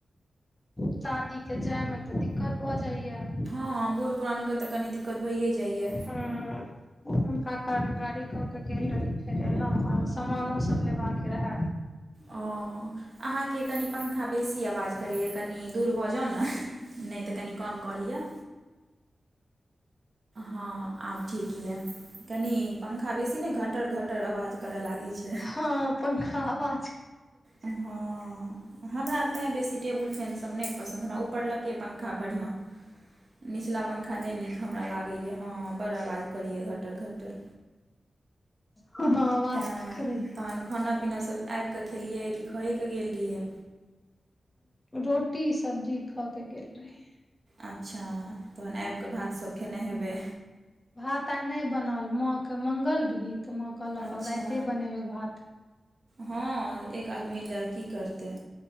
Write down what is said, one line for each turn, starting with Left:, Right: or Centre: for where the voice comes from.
Left: चादी के जाय मे तऽ दिक्कत भऽ जाइया
Right: हँ बूढ़ पुरानके त कनी दिक्कत भयै जाइए
Left: हँ हुनका कारण गाड़ी कऽ के गेल रही फेर एलहुं आर सामानो सब लेबाक रेह
Right: ओ अहाँके कनि पंखा बेसी आवाज करैए कनि दूर भऽ जाउ ने नहि त कनि कम क लिअ हँ आब ठीक यए कनि पंखा बेसी नहि घटर घटर आवाज करय लागैत छै
Left: हँ पंखा हबा
Right: हँ। हमरा तैँ बेसी टेबुल फैनसभ नहि पसन्द हमरा ऊपरलकै पंखा बढ़िआँ निचला पंखा नहि नीक हमरा लागैए हँ बड़ड आवाज करैए घटर घटर
Left: ह आवाज़
Right: तेँ
Left: तो करै या।
Right: तहन खाना पीना सब आबिक खेलियै कि खएके गेल रहियै।
Left: रोटी सब्जी खा के गेल रहीयै
Right: अच्छा तहन आबि कऽ भा तसभ खेने हेबै।
Left: भात आइ नहि बनल माँके मगंल रही त माँ कहलक
Right: अच्छा
Left: आब राते बनेबै भात
Right: हँ एक आदमी ल की करतै